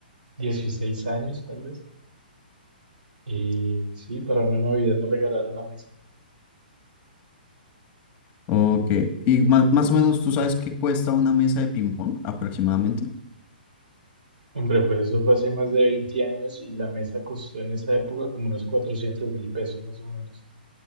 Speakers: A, on the right; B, on the left.
A: 16 años, tal vez. Y sí, para una Navidad me regalaron la mesa.
B: Ok. ¿Y más, más o menos tú sabes qué cuesta una mesa de ping-pong aproximadamente?
A: Hombre, pues eso fue hace más de 20 años y la mesa costó en esa época como unos cuatrocientos mil pesos más o menos.